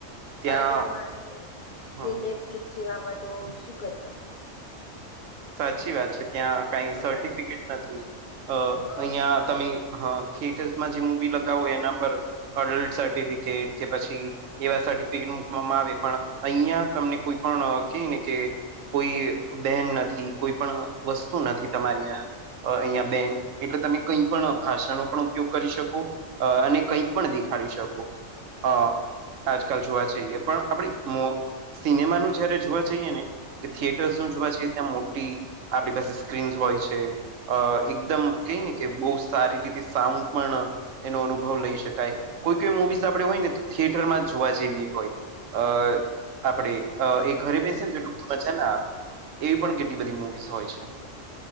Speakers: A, on the right; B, on the left.
A: ત્યાં
B: હવે તમે માન છો
A: હમ
B: કે નેટફ્લિક્સ જેવામાં તો શું કરવા
A: સાચી વાત છે ત્યાં કઈ
B: અપા
A: સર્ટિફિકેટ નથી અ
B: હા
A: અહિયાં તમે થિયેટર્સમાં જે મુવી લગાવો એના પર અડલ્ટ સર્ટિફિકેટ કે પછી એવા સર્ટિફિકેટ મકવામાં આવે પણ અહિયાં તમને કોઈ પણ ક ને કે કોઈ બેન નથી કોઈ પણ વસ્તુ નથી તમારીં અહિયાયા બેન એટલે તમે કઈ પણ ભાષાનો પણ ઉપયોગ કરી શકો અ અને કઈક પણ દેખાડી શકો અ આજકાલ જોવા જઈએ પણ આપડી મો સિનેમાનું જયારે જોવા જઈએ ને કે થિયેટર્સ નું જોવા જઈએ ત્યાં મો તી આપણી પાસે સ્ક્રીન્સ હોય છે અ એકદમ કઈ ને કે બહુ સારી રીતે સાઉન્ડ પણ એનો અનુભવ લઈ શકાય કોઈ કોઈ મુવીઝ આપણે હોય ને તો થિયેટરમાં જ જોવા જેવી હોય અ આપડે એ ઘરે બેસે ને તો એટલું મજા ના આવે એવી પણ કે ટલી બધી મુવીઝ હોય છે